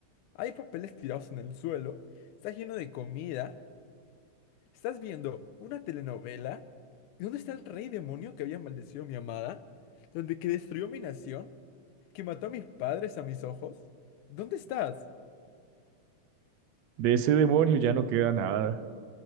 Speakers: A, on the left (about 85°); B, on the right (about 75°).
A: Hay papeles tirados en el suelo. Está lleno de comida. Estás viendo una telenovela ¿Dónde está el rey demonio que había maldecido a mi amada, donde que destruyó mi nación, que mató a mis padres a mis ojos. ¿Dónde estás?
B: de ese demonio ya no queda nada.